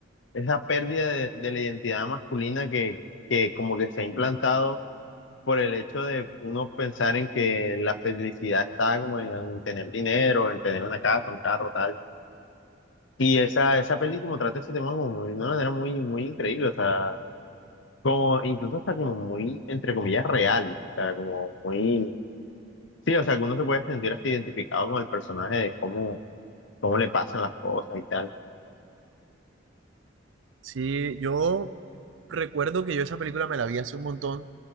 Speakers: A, on the left; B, on the right.
A: esa pérdida de, de la identidad masculina que, que como que se ha implantado por el hecho de uno pensar en que la felicidad está como en, en tener dinero, en tener una casa, un carro, tal. Y esa, esa peli como trata ese tema como muy- de una manera muy, muy increíble, o sea, como incluso hasta como muy, entre comillas, real, o sea, como muy... Sí, o sea, que uno se puede sentir hasta identificado con el personaje de cómo, cómo le pasan las cosas y tal.
B: Sí, yo recuerdo que yo esa película me la vi hace un montón